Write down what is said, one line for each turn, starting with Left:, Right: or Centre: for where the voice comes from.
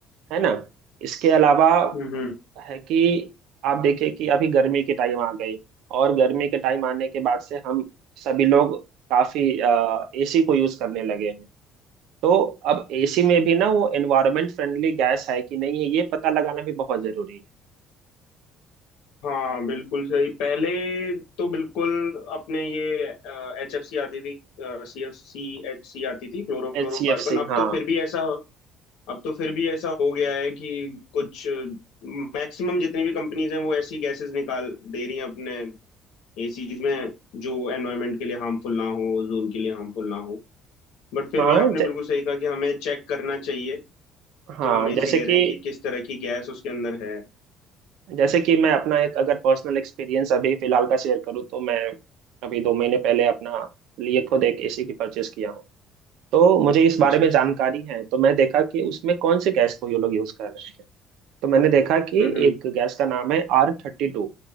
Right: है ना इसके अलावा
Left: हम्म हम्म
Right: है कि आप देखिए कि अभी गर्मी की टाइम आ गई और गर्मी के टाइम आने के बाद से हम सभी लोग काफी एसी को यूज करने लगे हैं तो अब एसी में भी ना वो एनवायरमेंट फ्रेंडली गैस है कि नहीं है ये पता लगाना भी बहुत जरूरी
Left: हाँ बिल्कुल सही पहले तो बिल्कुल अपने ये एच एफ सी आती थी C F C H C आती थी क्लोरोफ्लोरोकार्बन
Right: है एच सी एफ सी
Left: अब
Right: हाँ
Left: तो फिर भी ऐसा अब तो फिर भी ऐसा हो गया है कि कुछ मैक्सिमम जितनी भी कंपनीज हैं वो ऐसी गैसेस निकाल दे रही हैं अपने एसीज में जो एनवायरनमेंट के लिए हार्मफुल ना हो ओजोन के लिए हार्मफुल ना हो बट फिर
Right: हाँ
Left: भी आपने
Right: ज,
Left: बिल्कुल सही कहा कि हमें चेक करना चाहिए
Right: हाँ
Left: जब हम एसी
Right: जैसे
Left: ले
Right: कि
Left: रहे हैं कि किस तरह की गैस उसके अंदर है
Right: जैसे कि मैं अपना एक अगर पर्सनल एक्सपीरियंस अभी फिलहाल का शेयर करूँ तो मैं अभी दो महीने पहले अपना लिए खुद एक एसी की परचेस किया हूँ तो मुझे इस बारे
Left: अच्छा
Right: में जानकारी है तो मैं देखा कि उसमें कौन से गैस को ये लोग यूज़ कर रहे हैं तो मैंने देखा कि
Left: हम्म हम्म
Right: एक गैस का नाम है आर थर्टी टू